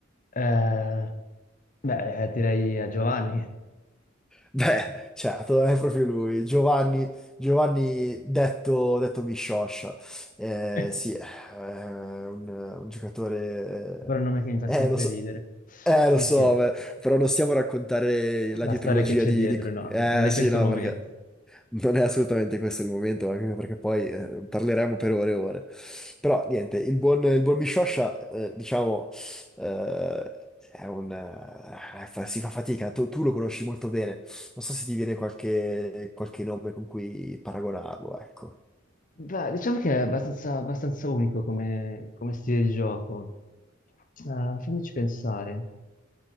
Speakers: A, on the left; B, in the centre.
A: Eh, beh, eh, direi a Giovanni.
B: Beh, certo, è proprio lui, Giovanni, Giovanni detto, detto Miscioscia. Eh,
A: Però
B: sì, è un, un giocatore...
A: è un nome che mi fa
B: Eh,
A: sempre
B: eh, lo so.
A: ridere.
B: Eh,
A: Sì,
B: lo so,
A: sì,
B: beh, però non stiamo a raccontare la
A: la
B: dietrologia
A: storia che c'è
B: di,
A: dietro,
B: di-
A: no,
B: Eh,
A: no, non è
B: sì,
A: questo
B: no,
A: il momento.
B: perché non è assolutamente questo il momento, anche perché poi eh, parleremo per ore e ore. Però, niente, il buon, il buon Miscioscia, eh, diciamo, eh, è un... eh, fa- si fa fatica, tu, tu lo conosci molto bene. Non so se ti viene qualche, qualche nome con cui paragonarlo, ecco.
A: Beh, diciamo che è abbastanza, abbastanza unico come, come stile di gioco. Eh, fammici pensare.